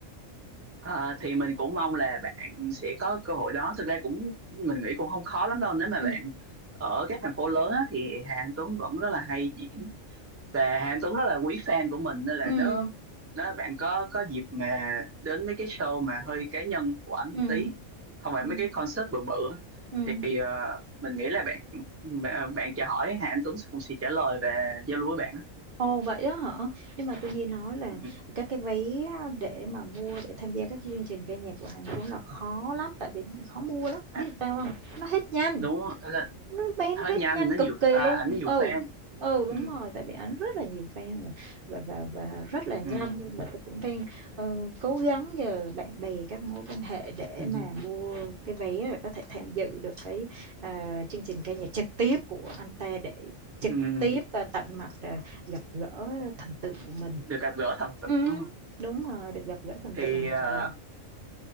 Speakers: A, on the right; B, on the right.
A: Ờ, thì mình cũng mong là bạn sẽ có cơ hội đó. Thực ra cũng mình nghĩ cũng không khó lắm đâu. Nếu mà
B: ừ
A: bạn ở các thành phố lớn á, thì Hà Anh Tuấn vẫn rất là hay diễn và Hà Anh Tuấn rất là quý fan của mình nên là
B: ừ
A: nếu nếu bạn có có dịp mà đến mấy cái show mà hơi cá nhân của ảnh
B: ừ
A: tí, không phải
B: ừ
A: mấy cái concert bự bự á,
B: ừ
A: thì ờ, mình nghĩ là bạn bạn, bạn chào hỏi Hà Anh Tuấn cũng sẽ trả lời và giao lưu với bạn á.
B: ồ vậy đó hả nhưng mà tôi nghe nói là
A: Ừ.
B: các cái vé để mà mua để tham gia các chương trình ca nhạc của Hàn Tuấn là khó lắm tại vì khó mua lắm
A: À,
B: biết sao không nó hết nhanh
A: đúng là
B: nó bán
A: hết
B: hết
A: nhanh
B: nhanh
A: nó
B: cực
A: nhiều
B: kỳ
A: à,
B: luôn
A: ảnh nhiều
B: ừ
A: fan.
B: ừ đúng
A: Ừ.
B: rồi tại vì ảnh rất là nhiều fan và và và, và rất là nhanh
A: Ừ.
B: luôn và tôi cũng đang ờ, cố gắng nhờ bạn bè các mối quan hệ để
A: <laughs>
B: mà mua cái vé rồi có thể tham dự được cái à, chương trình ca nhạc trực tiếp của anh ta để trực
A: Ừm,
B: tiếp và tận mặt à, gặp gỡ thần tượng của mình
A: được gặp gỡ thần tượng
B: ừ,
A: đúng không?
B: đúng rồi được gặp gỡ thần
A: Thì
B: tượng ngoài
A: ờ,
B: đời